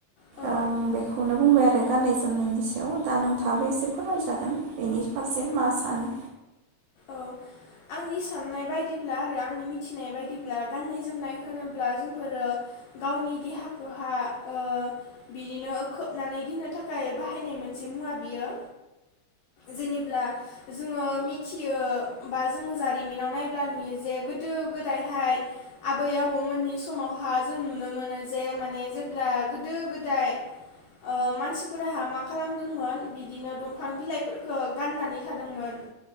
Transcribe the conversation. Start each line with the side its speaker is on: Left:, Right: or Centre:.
Left: औ
Right: आं बेखौनो बुंबाय आरो गाननाय जोमनायनि सायाव दा नों थाबो एसे फोरमायजागोन बेनि फारसे मा सानो।
Left: औ आंनि साननाय बायदिब्ला आरो आंनि मिथिनाय बायदिब्ला गाननाय जोमनाय होनोब्ला जोंफोरो गावनि देहाखौहा ओ बिदिनो खोबनानै दोननो थाखाय बाहायनाय मोनसे मुवा बियो जेनेब्ला जोङो मिथियो बा जोंङो जारिमिनाव नायब्ला नुयो जे गोदो गोदायहाय आबै-आबौमोननि समावहा जों नुनो मोनो जे माने जेब्ला गोदो गोदाय ओ मानसिफोराहा मा खालामदोंमोन बिदिनो दंफां बिलाइफोरफोरखो गाननानै थादोंमोन।